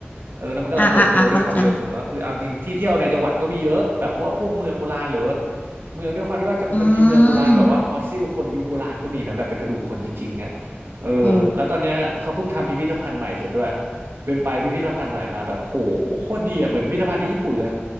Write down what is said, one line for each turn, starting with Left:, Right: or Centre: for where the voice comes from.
Right: เออแล้วมันกำลังเติบโตด้วยความเร็วสูงแล้วคือเอาจริงที่เที่ยวในจังหวัดก็มีเยอะแบบว่าพวกเมืองโบราณหรือว่า
Left: อ่าอ่าอ่าเข้าใจ
Right: เมืองด้วยความที่ว่าจังมันมีเมืองโบราณแบบว่าฟอสซิลคนยุคโบราณก็มีนะแบบเป็นกระดูกคนจริงๆอ่ะ
Left: อืม
Right: เออแล้วตอนเนี้ยเขาเพิ่งทำพิพิธภัณฑ์ใหม่เสร็จด้วย
Left: โอ้
Right: เป็นไปพิพิธภัณฑ์ใหม่มาแบบโหโคตรดีอ่ะเหมือนพิพิธภัณฑ์ที่ญี่ปุ่นเลย